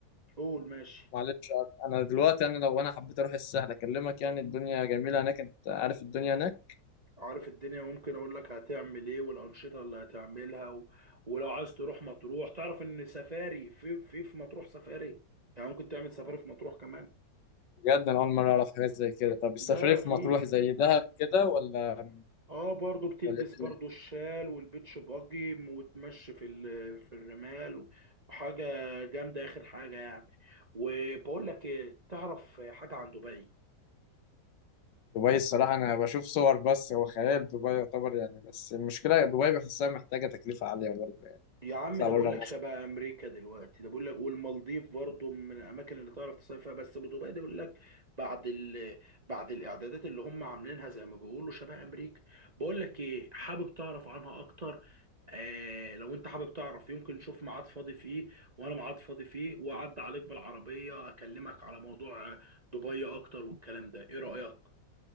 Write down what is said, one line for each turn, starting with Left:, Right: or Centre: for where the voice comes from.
Right: قول ماشي
Left: معلش اقطع انا دلوقتي انا لو انا حبيت اروح السهل اكلمك يعني الدنيا جميله هناك انت عارف الدنيا هناك
Right: عارف الدنيا ممكن اقول لك هتعمل ايه والانشطه اللي هتعملها و... ولو عايز تروح مطروح تعرف ان سفاري في في في مطروح سفاري يعني ممكن تعمل سفاري في مطروح كمان
Left: بجد انا اول مره اعرف حاجات زي كده طب السفريه
Right: ده
Left: في
Right: في
Left: مطروح زي دهب كده ولا
Right: اه برضو بتلبس
Left: ولا إيه
Right: برضو
Left: الدنيا؟
Right: الشال والبيتش باجي وتمشي في ال- في الرمال وحاجة جامدة آخر حاجة يعني وبقول لك ايه تعرف حاجة عن دبي
Left: دبي الصراحه انا بشوف صور بس هو خيال دبي يعتبر يعني بس المشكله دبي بحسها محتاجه تكلفه عاليه برضه يعني
Right: يا عم
Left: تطلع
Right: ده
Left: بره
Right: بقول لك شبه امريكا دلوقتي ده بقول لك والمالديف برضو من الاماكن اللي تعرف تصيف فيها بس ابو دبي ده بيقول لك بعد ال... بعد الاعدادات اللي هم عاملينها زي ما بيقولوا شبه امريكا بقول لك ايه حابب تعرف عنها اكتر آه لو انت حابب تعرف يمكن نشوف ميعاد فاضي فيه وانا ميعاد فاضي فيه واعدي عليك بالعربيه اكلمك على موضوع دبي اكتر والكلام ده ايه رايك